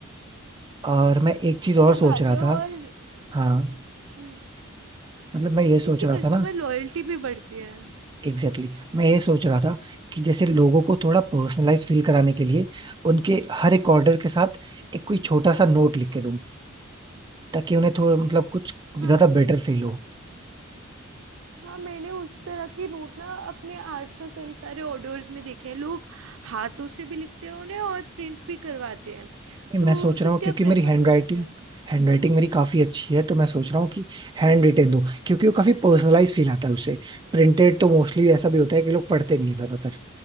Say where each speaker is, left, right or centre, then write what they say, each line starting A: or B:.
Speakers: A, on the right; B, on the right.
A: और मैं एक चीज
B: सही
A: और सोच
B: बात
A: रहा
B: है और
A: था हाँ
B: हम्म,
A: मतलब मैं ये सोच
B: इससे
A: रहा
B: कस्टमर
A: था ना
B: लॉयल्टी भी बढ़ती है
A: एग्जैक्टली exactly. मैं ये सोच रहा था कि जैसे लोगों को थोड़ा पर्सनलाइज फील कराने के लिए उनके हर एक ऑर्डर के साथ एक कोई छोटा सा नोट लिख के दूं ताकि उन्हें थोड़ा मतलब कुछ
B: हाँ
A: ज्यादा बेटर फील हो
B: हाँ मैंने उस तरह की नोट ना अपने आजकल कई सारे ऑर्डर्स में देखे हैं लोग हाथों से भी लिखते हैं उन्हें और प्रिंट भी करवाते हैं
A: नहीं,
B: तो
A: मैं सोच रहा
B: तुम
A: हूँ
B: क्या
A: क्योंकि
B: प्रेफर
A: मेरी हैंड
B: करोगे
A: राइटिंग हैंड राइटिंग मेरी काफी अच्छी है तो मैं सोच रहा हूँ कि हैंड रिटेन दूं क्योंकि वो काफी पर्सनलाइज फील आता है उससे प्रिंटेड तो मोस्टली ऐसा भी होता है कि लोग पढ़ते नहीं है ज्यादातर